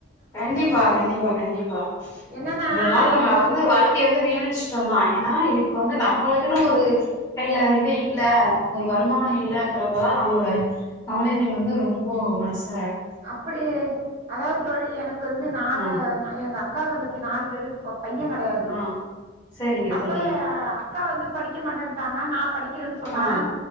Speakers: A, on the left; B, on the right.
A: கண்டிப்பா கண்டிப்பா கண்டிப்பா
B: என்னன்னா
A: இவ்வளவு நாள் நம்ம
B: இப்ப
A: வந்து வாழ்க்கையை வந்து வீணடிச்சு வீனடிச்டோம் தான் ஏன்னா இப்ப வந்து நம்மளுக்குன்னு ஒரு கையில இது இல்ல ஒரு வருமானம் இல்லங்கிறப்பதான் அதோட கவலைகள் வந்து ரொம்ப மனசு
B: அப்படியே அதாவது எனக்கு வந்து நாலு
A: ஆ
B: எங்க அக்கா தங்கசிக அக்கா தங்கச்சி நாலு பேரு இருப்போ பையன் கிடையாது
A: ஆ சரிங்க
B: அப்ப
A: தோழி
B: அக்கா வந்து படிக்க மாட்டேட்டாங்க நா படிக்கிறேன்னு சொன்னேன்
A: ஆ